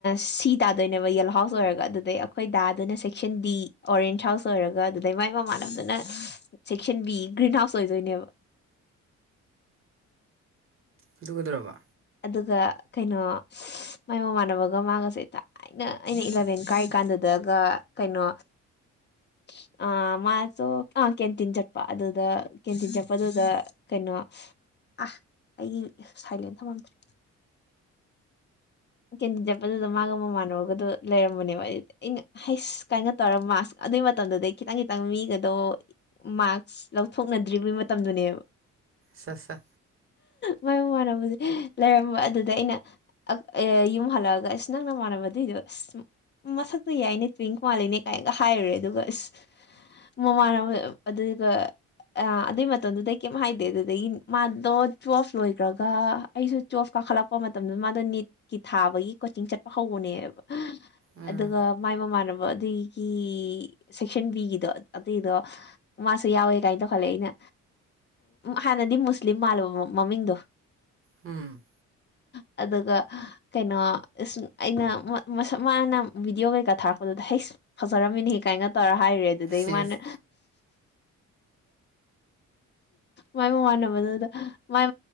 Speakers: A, on the left; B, on the right.
A: ꯁꯤ ꯇꯥꯗꯣꯏꯅꯦꯕ ꯌꯦꯜꯂꯣꯍꯥꯎꯁ ꯑꯣꯏꯔꯒ ꯑꯗꯨꯗꯩ ꯑꯩꯈꯣꯏ ꯗꯥ ꯑꯗꯨꯅ ꯁꯦꯛꯁꯟ ꯗꯤ ꯑꯣꯔꯦꯟ ꯍꯥꯎꯁ ꯑꯣꯏꯔꯒ ꯑꯗꯨꯗꯩ ꯃꯥꯏ ꯃꯃꯥꯟꯅꯕꯗꯨꯅꯥ ꯁꯦꯛꯁꯟ ꯕꯤ ꯒ꯭ꯔꯤꯟ ꯍꯥꯎꯁ ꯑꯣꯏꯗꯣꯏꯅꯦꯕ
B: ꯑꯗꯨ ꯀꯩꯗꯧꯔꯕ
A: ꯑꯗꯨꯒ ꯀꯩꯅꯣ ꯃꯥꯏ ꯃꯃꯥꯟꯅꯕ ꯃꯥ ꯃꯥꯒꯁꯦ ꯊꯥꯏꯅ ꯑꯩꯅ ꯏꯂꯚꯦꯟ ꯀꯥꯏꯔꯤ ꯀꯥꯟꯗꯨꯗꯒ ꯀꯩꯅꯣ <inaudible> ꯑ ꯃꯥꯁꯨꯣ ꯑ ꯀꯦꯟꯇꯤꯟ ꯆꯠꯄ ꯑꯗꯨꯗ ꯀꯦꯟꯇꯤꯟ ꯆꯠꯄꯗꯨꯗ ꯀꯩꯅꯣ ꯑ ꯑꯩꯒꯤ ꯁꯥꯏꯂꯦꯟ ꯊꯃꯝꯗ꯭ꯔꯦ ꯀꯦꯟꯗꯤꯗꯦꯠ ꯑꯗꯨꯗ ꯃꯥꯒ ꯃꯃꯥꯟꯅꯨꯔꯒꯗꯨ ꯂꯩꯔꯝꯕꯅꯦꯕ ꯑꯗꯨꯗꯤ ꯍꯩꯁ ꯀꯥꯏꯅ ꯇꯧꯔ ꯃꯥꯛꯁ ꯑꯗꯨꯏ ꯃꯇꯝꯗꯨꯗꯩ ꯈꯤꯇꯪ ꯈꯤꯇꯪ ꯃꯤꯒꯗꯣ ꯃꯥꯛꯁ ꯂꯧꯊꯣꯛꯅꯗ꯭ꯔꯤꯕꯩ ꯃꯇꯝꯗꯨꯅꯦꯕ
B: ꯁ ꯁ
A: ꯃ ꯃꯃꯥꯟꯅꯕꯗꯤ ꯂꯩꯔꯝꯕ ꯑꯗꯨꯗ ꯑꯩꯅ ꯑꯦ ꯌꯨꯝ ꯍꯜꯂꯛꯑꯒ ꯑꯁ ꯅꯪꯅ ꯃꯥꯟꯅꯕꯗꯏꯗꯣ ꯑꯁ ꯃꯁꯛꯇꯨ ꯌꯥꯏꯅꯦ ꯇ꯭ꯋꯤꯡ ꯃꯥꯜꯂꯤꯅꯦ ꯀꯥꯏꯅꯒ ꯍꯥꯏꯔꯨꯔꯦ ꯑꯗꯨꯒ ꯑꯁ ꯃꯃꯥ ꯑꯗꯨꯒ ꯑꯗꯨꯏ ꯃꯇꯝꯗꯨꯗꯩ ꯀꯩꯝ ꯍꯥꯏꯗꯦ ꯑꯗꯨꯗꯒꯤ ꯃꯥꯗꯣ ꯆꯣꯐ ꯂꯣꯏꯈ꯭ꯔꯒ ꯑꯩꯁꯨ ꯆꯣꯞ ꯀꯥꯈꯠꯂꯛꯄ ꯃꯇꯝꯗ ꯃꯥꯗꯣ ꯅꯤꯠ ꯀꯤ ꯊꯥꯕꯒꯤ ꯀꯣꯆꯤꯡ ꯆꯠꯄ ꯍꯧꯕꯅꯦꯕ
B: ꯎꯝ
A: ꯑꯗꯨꯒ ꯃꯥꯏ ꯃꯃꯥꯟꯅꯕ ꯑꯗꯨꯒꯤ ꯁꯦꯛꯁꯟ ꯕꯤꯒꯤꯗꯣ ꯑꯇꯩꯗꯣ ꯃꯥꯁꯨ ꯌꯥꯎꯋꯦ ꯀꯥꯏꯅ ꯇꯧꯈꯜꯂꯦ ꯑꯩꯅ ꯍꯥꯟꯅꯗꯤ ꯃꯨꯁꯂꯤꯝ ꯃꯥꯜꯂꯕ ꯃꯃꯤꯡꯗꯣ
B: ꯝ
A: ꯑꯗꯨꯒ ꯀꯩꯅꯣ ꯑꯩꯅ ꯃꯥꯅ ꯚꯤꯗꯤꯑꯣ ꯀꯩꯀꯥ ꯊꯥꯔꯛꯄꯗꯨꯗ ꯍꯩ ꯐꯖ ꯔꯝꯃꯤꯅꯤ ꯀꯥꯏꯅ ꯇꯧꯔ ꯍꯥꯏꯔꯦ ꯑꯗꯨꯗꯩ
B: ꯁꯤꯁ
A: ꯃꯥꯅ ꯃꯥꯏ ꯃꯃꯥꯟꯅꯕꯗꯨꯗ ꯃꯥꯏ